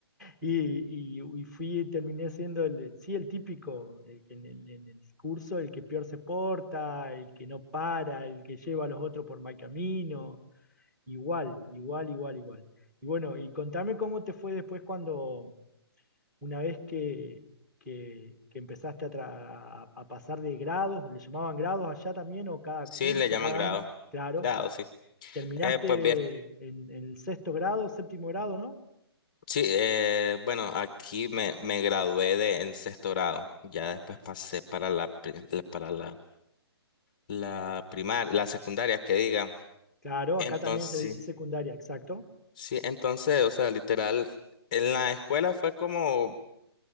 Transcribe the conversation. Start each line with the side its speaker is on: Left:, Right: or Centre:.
Centre: y, y- y fui, terminé siendo el, sí, el típico, el que en el, en el curso, el que peor se porta, el que no para, el que lleva a los otros por mal camino, igual, igual, igual, igual. Y bueno, y contame cómo te fue después cuando, una vez que, que, que empezaste a, tra- a a pasar de grados, ¿le llamaban grados allá también o cada
Left: Sí,
Centre: curso,
Left: le llaman
Centre: cada
Left: grado.
Centre: año? Claro
Left: Grado, sí.
Centre: terminaste
Left: Eh, pues bien,
Centre: en, en el sexto grado, séptimo grado, ¿no?
Left: sí, eh, bueno, aquí me, me gradué de en sexto grado. Ya después pasé para la, pri- la- para la, la primaria, la secundaria, que diga.
Centre: Claro,
Left: Entonces,
Centre: acá también se le dice secundaria, exacto.
Left: Sí, entonces, o sea, literal, en la escuela fue como,